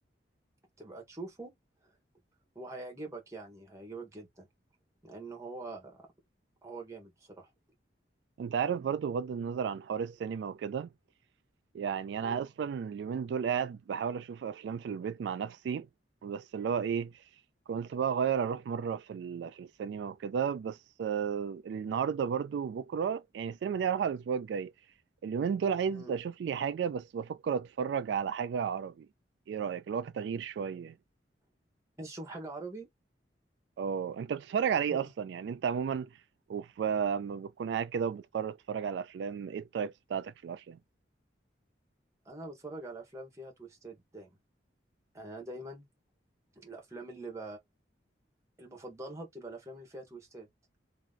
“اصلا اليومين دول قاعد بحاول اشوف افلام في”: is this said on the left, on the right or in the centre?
Right